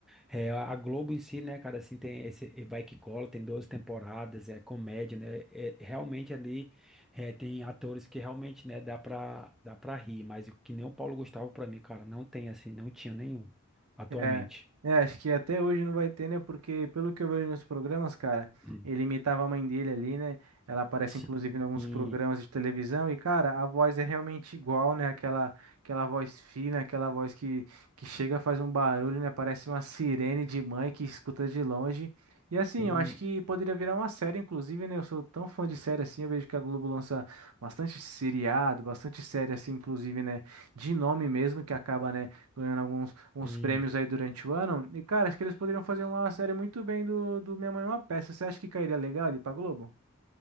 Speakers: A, in the centre; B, on the right.
A: é, a Globo em si, né, cara, assim, tem esse Vai Que Cola, tem 12 temporadas, é comédia, né, é, realmente ali é, tem atores que realmente, né, dá pra, dá pra rir, mas o que nem o Paulo Gustavo pra mim, cara, não tem, assim, não tinha nenhum, atualmente.
B: É, é, acho que até hoje não vai ter, né? Porque pelo que eu vejo nos programas, cara,
A: Hum.
B: ele imitava a mãe dele ali, né? Ela aparece
A: Sim,
B: inclusive em alguns programas de televisão e, cara, a voz é realmente igual, né? Aquela, aquela voz fina, aquela voz que, que chega, faz um barulho, né? Parece uma sirene de mãe que escuta de longe. E assim,
A: sim,
B: eu acho que poderia virar uma série, inclusive, né? Eu sou tão fã de série assim, eu vejo que a Globo lança bastante seriado, bastante série assim, inclusive, né? De nome mesmo, que acaba, né? ganhando alguns, alguns
A: sim.
B: prêmios aí durante o ano. E, cara, acho que eles poderiam fazer uma série muito bem do, do Minha Mãe é uma Peça. Você acha que cairia legal ali pra Globo?